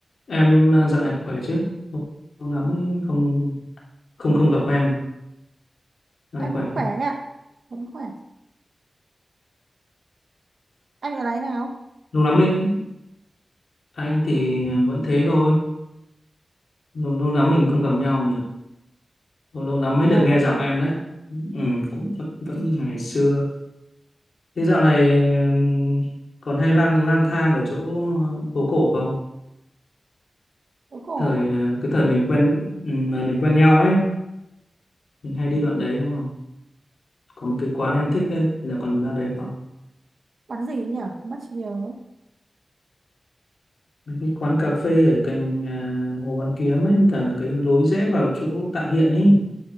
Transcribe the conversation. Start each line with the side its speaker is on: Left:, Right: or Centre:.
Left: Em à, dạo này khỏe chứ? Lâu lắm ấy, không không không gặp em. Dạo
Right: Em
Left: này
Right: vẫn
Left: khỏe
Right: khỏe
Left: không?
Right: anh ạ, vẫn khỏe. Anh ở đấy nào?
Left: Lâu lắm ấy, anh thì vẫn thế thôi. Lâu, lâu lắm mình không gặp nhau nhỉ? Lâu, lâu lắm mới
Right: Nhà
Left: được nghe giọng em đấy. Ừ, cũng vẫn, vẫn như ngày xưa. Thế dạo này ừm, còn hay lang lang thang ở chỗ ờ, phố cổ không?
Right: phố cổ
Left: Thời
Right: á?
Left: ờ, cái thời mình quen ừ, thời mình quen nhau ấy, mình hay đi đoạn đấy đúng không? Có một cái quán em thích đấy, là còn ra đấy không?
Right: Bán gì nhỉ? Mất trí nhớ.
Left: mấy cái quán cà phê ở cạnh à, Hồ Hoàn Kiếm ấy cả cái lối rẽ vào chỗ Tạ Hiện ấy